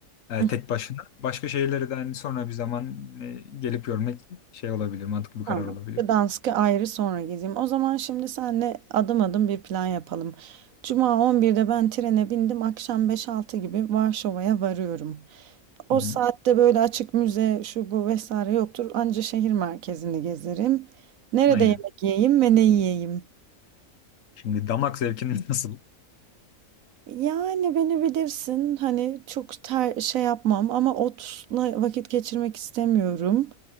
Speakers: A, on the left; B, on the right.
A: e,
B: Hı
A: tek başına. Başka şehirlere de hani sonra bir zaman e, gelip görmek şey olabilir, mantıklı bir karar
B: Tamam.
A: olabilir.
B: Gdansk'ı ayrı sonra gezeyim. O zaman şimdi senle adım adım bir plan yapalım. Cuma 11'de ben trene bindim. Akşam 5-6 gibi Varşova'ya varıyorum. O
A: Hı hı.
B: saatte böyle açık müze şu bu vesaire yoktur. Anca şehir merkezini gezerim. Nerede
A: Aynen.
B: yemek yiyeyim ve ne yiyeyim?
A: Şimdi damak zevkinin nasıl?
B: Yani beni bilirsin hani çok ter, şey yapmam ama otla vakit geçirmek istemiyorum.